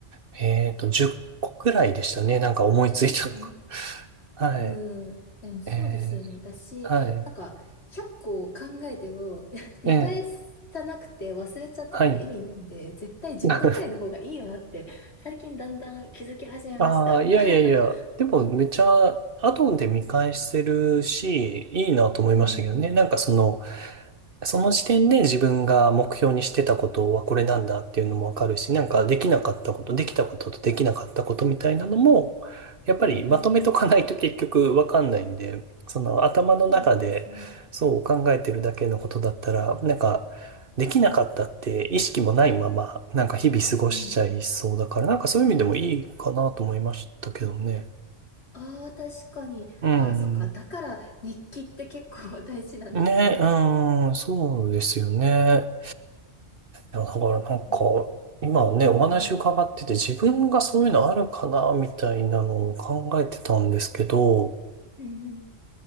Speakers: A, on the right; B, on the left.
A: えっと、10個くらいでしたね。なんか思いついたのが。
B: うん。
A: はい。
B: うん。でもそうですよね。
A: え
B: だし、
A: ー、はい。
B: なんか、100個を考えても、<laughs> 見返さなくて忘れちゃってたら意味ないんで、
A: えー、はい。
B: 絶対10個ぐらいの方がいいよなって、
A: <laughs>
B: 最近だんだん気づき始めました。
A: ああ、いやいやいや、
B: <laughs>
A: でもめちゃ、後で見返せるし、いいなと思いましたけどね。
B: ううんうん
A: なんかその、その時点で自分が目標にしてたことはこれなんだっていうのもわかるし、なんかできなかったこと、できたこととできなかったことみたいなのも、やっぱりまとめとかないと結局わかんないんで、
B: うんうん、
A: その頭の中でそう考えてるだけのことだったら、
B: そうですね。
A: なんかできなかったって意識もないまま、なんか日々過ごしちゃいそうだから、
B: うんうん。
A: なんかそういう意味でもいいかなと思いましたけどね。
B: ああ、確かに。
A: うん。
B: ああ、そっか。だから日記って結構 <laughs> 大事なんですね。
A: ね、うん、そうですよね。いや、だからなんか、
B: うん
A: 今ね、お話伺ってて自分がそういうのあるかな、
B: うん
A: みたいなのを考えてたんですけど、
B: うん。うんうん。